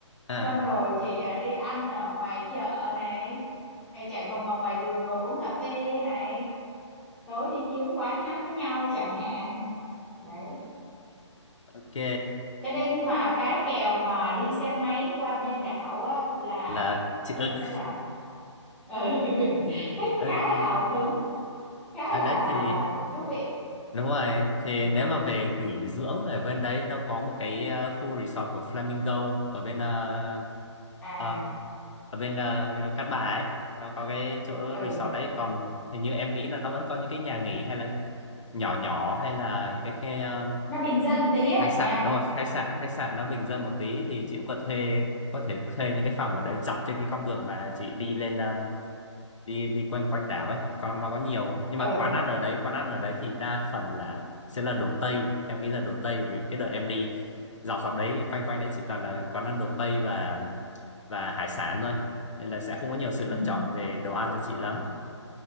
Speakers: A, on the left; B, in the centre.
A: À,
B: xong rồi chị à, đi ăn ở ngoài chợ này hay chạy vòng vòng ngoài đường ngồi uống cà phê này tối đi kiếm quán hát với nhau chẳng hạn đấy
A: ok
B: cho nên mà cái kèo mà đi xe máy qua bên đảo á, là
A: là chị
B: chắc
A: ưng.
B: chắn sẽ làm ừ. <laughs>
A: <laughs>
B: thích
A: ưng
B: khá là hào hứng khá
A: À,
B: là
A: đấy thì
B: thú vị
A: đúng rồi thì nếu mà về nghỉ dưỡng ở bên đấy nó có một cái ờ, khu resort của Flamingo ở bên ờ,
B: à
A: ờ, ở bên ờ, Cát Bà ấy nó có cái chỗ
B: ừ
A: resort đấy còn hình như em nghĩ là nó vẫn có những cái nhà nghỉ hay là nhỏ nhỏ hay là những cái khe- ờ,
B: nó bình dân tí á
A: khách sạn
B: nha
A: đúng rồi khách sạn khách sạn nó bình dân một tí thì chị cũng có thuê có thể thuê những cái phòng ở đấy dọc trên cái con đường mà chị đi lên ờ, đi đi quanh quanh đảo ấy con nó có nhiều nhưng mà
B: ừ
A: quán ăn ở đấy quán ăn ở đấy thì đa phần là sẽ là đồ Tây em nghĩ là đồ Tây vì cái đợt em đi dọc dọc đấy quanh quanh đấy chỉ toàn là quán ăn đồ Tây và và hải sản thôi nên là sẽ không có nhiều sự
B: ừ
A: lựa chọn về đồ ăn cho chị lắm